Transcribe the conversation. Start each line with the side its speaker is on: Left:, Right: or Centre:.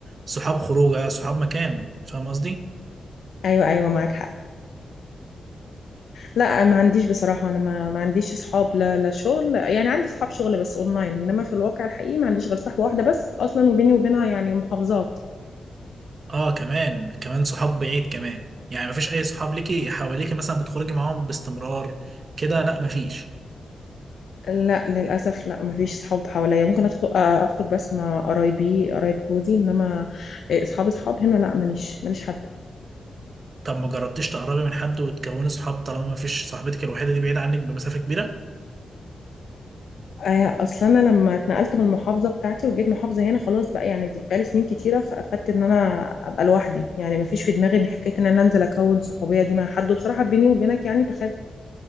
Right: صحاب خروجه صحاب مكان فاهم قصدي
Left: ايوه ايوه معاك حق لا ما عنديش بصراحة أنا ما, ما عنديش أصحاب لا لا شغل يعني عندي أصحاب شغل بس أونلاين إنما في الواقع الحقيقي ما عنديش غير صاحبة واحدة بس أصلا وبيني وبينها يعني محافظات
Right: اه كمان كمان صحاب بعيد كمان يعني مفيش اي صحاب ليكي حواليكي مثلا بتخرجي معاهم باستمرار كده لا مفيش
Left: لا للأسف لا ما فيش صحاب حواليا ممكن أدخل آه، أخرج بس مع قرايبي قرايب جوزي إنما آه، أصحاب أصحاب هنا لا ماليش ماليش حد
Right: طب ما جربتيش تقربي من حد وتكوني صحاب طالما مفيش صاحبتك الوحيده دي بعيده عنك بمسافه كبيره
Left: آه، أصلا أنا لما اتنقلت من المحافظة بتاعتي وجيت محافظة هنا خلاص بقى يعني بقالي سنين كتيرة فأخدت إن أنا أبقى لوحدي يعني ما فيش في دماغي إن حكاية إن أنا أنزل أكون صحوبية دي مع حد وبصراحة بيني وبينك يعني بخاف